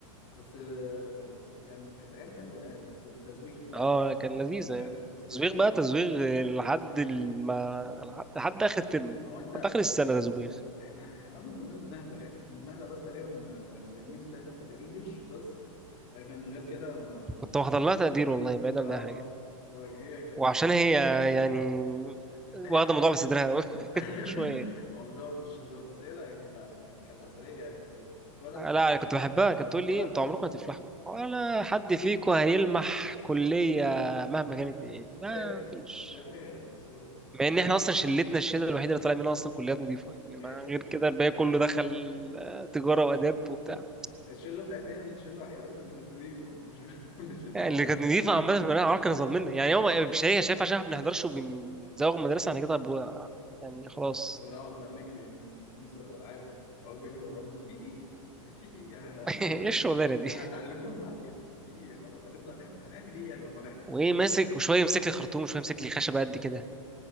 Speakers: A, on the left; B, in the centre.
A: بس آه، كان كانت ايام حلوه يعني والتزويق بقى
B: اه كان لذيذة
A: فاهم
B: يعني
A: والتزويق
B: تزويغ بقى تزويغ لحد الم... لحد آخر الترم
A: هو انت هو
B: لحد آخر السنة تزويغ
A: احنا احنا اصلا ما كناش بنهدر يعني كنا بنهدر بس تقريبا آه، للميس بتاعتنا بتاعت الانجليش بس لكن غير كده ما
B: كنت واخد لها تقدير والله بعيدا
A: اه
B: عن أي حاجة
A: ما هي كانت
B: وعشان هي يعني واخدة
A: هي
B: الموضوع على صدرها أوي
A: <laughs> ايوه
B: <laughs> شوية
A: الموضوع مش هزار بس هي لا هي كانت ع- كانت عسلية يعني كانت طيبة الواد أحمد
B: لا كنت بحبها كانت تقول لي
A: الواد-
B: ايه انتوا عمركم هتفلحوا ولا حد فيكم هيلمح كلية مهما كانت ايه ما
A: ايوه
B: فيش
A: دي حقيقة سب- سبحان
B: مع ان احنا
A: الله
B: اصلا شلتنا الشله الوحيده اللي طالع منها اصلا كليات نظيفه يعني ما
A: هي-
B: غير كده الباقي
A: <laughs>
B: كله
A: إحنا-
B: دخل آه، تجاره واداب وبتاع
A: الشلة بتاعتنا هي الشلة الوحيدة أصلا اللي كانت نظيفة مش <laughs> مش اللي
B: يعني
A: هو
B: اللي كانت نظيفه عامه في المدرسه عمرها كان ظلمنا يعني هو
A: اه
B: مش هي شايف عشان احنا ما بنحضرش وبنزوغ من المدرسه انا كده هبقى يعني خلاص
A: ونقعد بقى نجري من مستر الألعاب نقعد نجري ورانا في إيه؟ في إيه يعني
B: <laughs>
A: هتعل-
B: ايه الشغلانه دي
A: هتعلمونا بالعافية في إيه خلاص هنطلع نح... هنعمل إيه يعني لما نحضر
B: وايه
A: مش
B: ماسك وشويه يمسك لي خرطوم وشويه يمسك لي خشبه قد كده